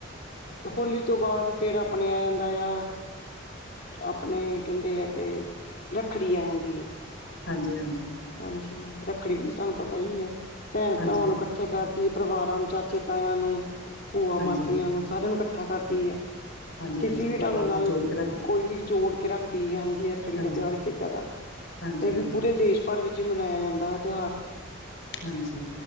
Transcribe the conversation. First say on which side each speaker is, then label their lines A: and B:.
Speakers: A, on the left; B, on the left.
A: ਅਤੇ ਹੋਲੀ ਤੋਂ ਬਾਅਦ, ਫਿਰ ਆਪਣੇ ਆ ਜਾਂਦਾ ਆ ਆਪਣੇ ਕਹਿੰਦੇ ਆ ਕਿ, ਰੱਖੜੀ ਆ ਜਾਂਦੀ ਹੈ।
B: ਹਾਂਜੀ, ਹਾਂਜੀ
A: ਹਾਂਜੀ ਰੱਖੜੀ ਵੀ ਸਨੂੰ ਪਤਾ ਹੀ ਹੈ। ਭੈਣ
B: ਹਾਂਜੀ
A: ਭਰਾਵਾਂ
B: ਹਾਂ
A: ਨੂੰ ਇਕੱਠੇ ਕਰਦੀ ਹੈ ਪਰਿਵਾਰਾਂ ਨੂੰ, ਚਾਚੇ, ਤਾਇਆਂ ਨੂੰ ਭੂਆ, ਮਾਸੀਆਂ
B: ਹਾਂਜੀ
A: ਨੂੰ ਸਾਰਿਆਂ ਨੂੰ ਇਕੱਠਾ ਕਰਦੀ ਹੈ।
B: ਹਾਂਜੀ-ਹਾਂਜੀ
A: ਕਿਸੇ ਵੀ
B: ਪਰਿਵਾਰ
A: ਢੰਗ ਨਾਲ
B: ਨੂੰ ਜੋੜ ਕੇ ਰੱਖਦੀ
A: ਕੋਈ
B: ਹੈ
A: ਵੀ ਜੋੜ ਕੇ ਰੱਖਦੀ ਹੈ। ਹਾਂਜੀ ਰੱਖੜੀ
B: ਹਾਂਜੀ।
A: ਦਾ ਤਿਉਹਾਰ ਏਦਾਂ ਦਾ
B: ਹਾਂਜੀ-ਹਾਂਜੀ
A: ਤੇ ਇਹ ਵੀ ਪੂਰੇ ਦੇਸ਼ ਭਰ ਵਿੱਚ ਹੀ ਮਨਾਇਆ ਜਾਂਦਾ ਹੈ ਤਿਉਹਾਰ
B: ਹਾਂਜੀ